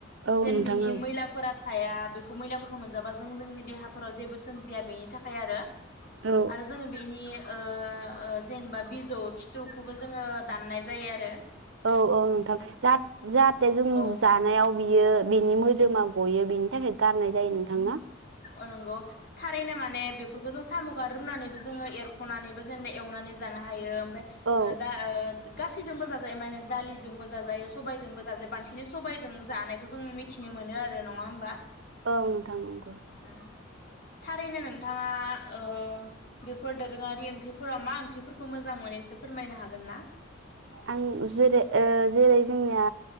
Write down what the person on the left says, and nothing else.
जेन
बिनि
मैलाफोरा थाया बेखौ मैलाफोरखौ मोनजाबा जों जोंनि देहाफोराव जेबो सोमजिया बेनि थाखाय आरो।
आरो जोङो बेनि ओ ओ जेनेबा जौ खिथुखौबो जोङो दाननाय जायो आरो।
औ
अ नंगौ थारैनो माने बेफोरखौ जों सामखौ रुनानैबो जोङो एरखनानैबो जेनेबा एवनानै जानो हायो।
दा हो गासै जोंबो जाजोब जायो माने दालिजोंबो जाजायो सबायजोंबो जाजायो बांसिनै सबायजों जानायखौ जों मिथिनो मोनो आरो नङा होमबा।
ओं थारैनो नोंथाङा ओ बेफोर दोरोङारि ओंख्रिफोराव मा ओंख्रिफोरखौ मोजां मोनो एसे फोरमायनो हागोन ना?